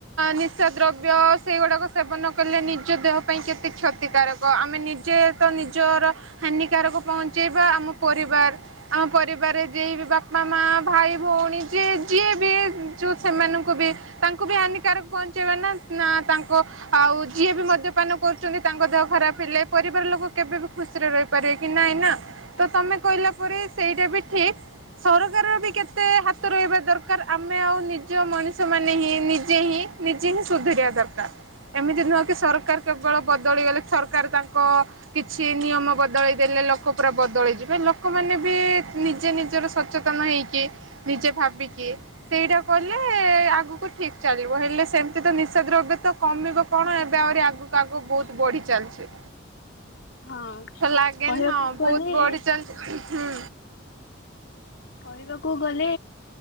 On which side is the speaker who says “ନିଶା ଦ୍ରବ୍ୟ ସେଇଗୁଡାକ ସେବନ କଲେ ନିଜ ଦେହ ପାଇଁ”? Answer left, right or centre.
Right